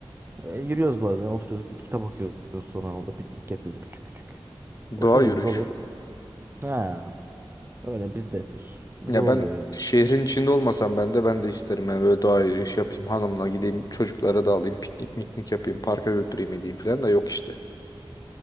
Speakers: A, on the right; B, on the left.
A: E, yürüyoruz bazen oturuyoruz gidip kitap okuyoruz sonra orada piknik yapıyoruz küçük küçük.
B: Doğa
A: O şöyle
B: yürüyüş.
A: güzel oluyor da. Ha, öyle biz de yapıyoruz. Güzel
B: Ya
A: oluyor
B: ben
A: ya.
B: şehrin içinde olmasam ben de ben de isterim. Yani böyle doğa yürüyüşü yapayım, hanımla gideyim, çocuklara da alayım, piknik miknik yapayım, parka götüreyim edeyim falan da yok işte.